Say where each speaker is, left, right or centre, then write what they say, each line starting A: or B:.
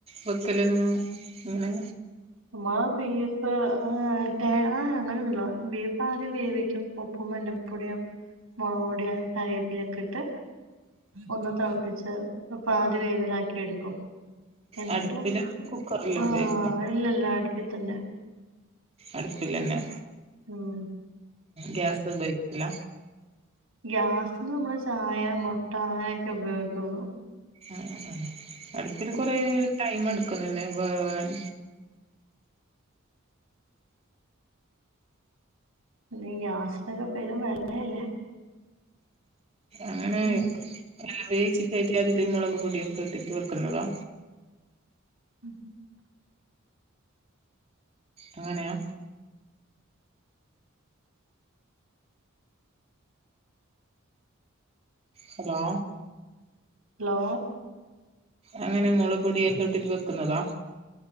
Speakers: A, on the right (about 30°); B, on the right (about 85°).
A: വെക്കല് നിങ്ങൾ ഇങ്ങനെ.
B: മാ ബീഫ്. ആഹ് ട്ടേ ആഹ് അങ്ങനെന്നുല്ല ബീഫ് ആദ്യം വേവിക്കും ഉപ്പും മഞ്ഞപ്പൊടിയും മോളക്പൊടി കറിവേപ്പിലക്കെഇട്ട് ഒന്ന് തള്പ്പിച്ച് പാതി വേവിലാക്കി എടുക്കും. എന്ന്ട്ട്
A: അടുപ്പില് കുക്കറില്
B: ആഹ്
A: ഉപയോഗിക്കാം
B: ഇല്ലല്ല അടുപ്പി തന്നെ.
A: അടുപ്പിലന്നെ
B: ഉം
A: ഗ്യാസ് ഉപയോ ക്കൂല.
B: ഗ്യാസിന് നമ്മള് ചായ മുട്ട അങ്ങനെയൊക്കെ ഉപയോഗിക്കുള്ളൂ.
A: ആഹ് ആഹ് ആഹ് അട്പ്പില് കൊറേ
B: ഉം
A: ടൈം എടുക്കുന്നില്ലേ വേവാൻ.
B: പിന്നെ ഗ്യാസിനൊക്കെ പെരും വെലയല്ലെ.
A: അങ്ങനെ
B: ഉം
A: ആവി വേിച്ചിട്ടായിട്ട് അതില് മുളക് പൊടിയൊക്കെ ഇട്ടിട്ട് വെക്കുന്നതാ
B: ഉം.
A: അങ്ങനെയ. ഹലോ.
B: ലോ
A: അങ്ങനെമുളക്പൊടികെഇട്ടിട്ട് വെക്കുന്നതാ